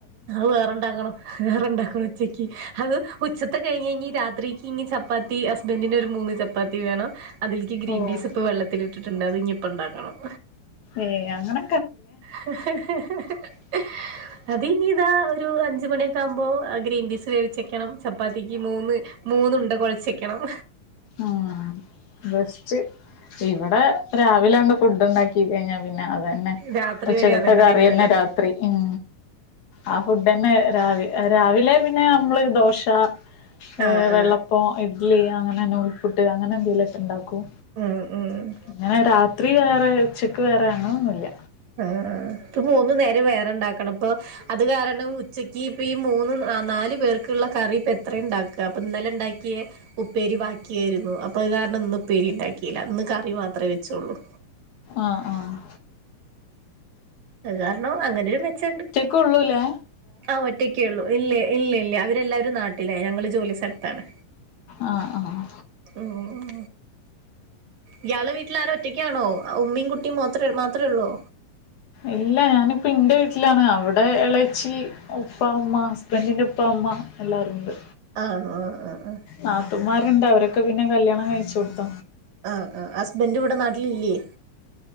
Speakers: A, on the right; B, on the left.
A: അത് വേറെണ്ടാക്കണം വേറെണ്ടാക്കണം ഉച്ചക്ക് അത് ഉച്ചത്തെ കഴിഞ്ഞ്നി രാത്രിക്ക് ഇനി ചപ്പാത്തി ഹസ്ബന്റിനൊരു മൂന്ന് ചപ്പാത്തി വേണം അതിൽക്ക് ഗ്രീൻപീസ്പ്പൊ
B: ഓഹ്
A: വെള്ളത്തിലിട്ടിട്ടുണ്ട് അതിനിപ്പ്ണ്ടാക്കണം
B: ഏഹ് അങ്ങന
A: ഹ്-ഹ്-ഹ്-ഹ്-ഹ്
B: <inaudible>
A: അതിനി ഇതാ ഒരു അഞ്ച് മണിയൊക്കാകുമ്പൊ ഗ്രീൻപീസ് വേവിച്ചെക്കണം, ചപ്പാത്തിക്ക് മൂന്ന് മൂന്നുണ്ട കൊഴച്ചെക്കണം
B: ആഹ് ബെസ്റ്റ് ഇവിടെ രാവിലങ്ങ്ണ്ട് ഫുഡ്ണ്ടാക്കി കഴിഞ്ഞാ പിന്നെ അതെ ന്നെ
A: രാത്രി
B: ഉച്ചെക്കത്തെ
A: വരെ അതന്നെ
B: കറിയെന്നെ
A: തിന്നൂല്ലേ
B: രാത്രി ഉം ആ ഫുഡെന്നെ രാ രാവിലെ പിന്നെ നമ്മള് ദോശ ഏ
A: ആഹ്
B: വെള്ള
A: ആഹ്
B: പ്പം ഇഡ്ലി അങ്ങനെ നൂൽപുട്ട് അങ്ങനെന്തെലൊക്ക്ണ്ടാക്കും
A: ഹ്മ് ഹ്മ്
B: ഇങ്ങനെ രാത്രി വേറെ ഉച്ചക്ക് വേറെ അങ്ങനൊന്നുല്ല
A: ആണ് ഇപ്പ മൂന്ന് നേരം വേറെണ്ടാക്കണം ഇപ്പൊ അത് കാരണം ഉച്ചക്ക് ഈ ഇപ്പീ മൂന്ന് നാല് പേർക്കുള്ള കറി ഇപ്പെത്രയ്ണ്ടാക്കാ അപ്പം ഇന്നലെ ഇണ്ടാക്കിയ ഉപ്പേരി ബാക്കിയായിരുന്നു അപ്പൊ അത് കാരണം ഇന്ന് ഉപ്പേരി ഇണ്ടാക്കിയില്ല ഇന്ന് കറി മാത്രേ വെച്ചൊള്ളൂ
B: ആഹ് ആഹ്
A: അത് കാരണം അങ്ങനൊരു മെച്ചണ്ട്
B: ള്ളൂല്ലേ
A: ആഹ് ഒറ്റക്കേള്ളൂ ഇല്ലേ ഇല്ല ഇല്ലേ അവരെല്ലാവരും നാട്ടിലേ ഞങ്ങള് ജോലി സ്ഥലത്താണ്
B: ആഹ് ആഹ്
A: ഉം ഉം ഇയാളെ വീട്ടില ആര ഒറ്റക്കാണോ ഉമ്മയും കുട്ടിയും മാത്ര മാത്രേ ഉള്ളോ
B: ഇല്ല ഞാനിപ്പ എന്റെ വീട്ടിലാണ് അവിടെ ഇളച്ചി ഉപ്പാ ഉമ്മ ഹസ്ബൻറിന്റെ ഉപ്പ ഉമ്മ എല്ലാരും ഉണ്ട്
A: ആണോ ആഹ് ആഹ് ആഹ്
B: നാത്തന്മാരുണ്ട് അവരൊക്കെ പിന്നെ കല്യാണം കഴിച്ചു കൊടുത
A: ആഹ് ആഹ് ഹസ്ബൻറ് ഇവിടെ നാട്ടിലില്ലേ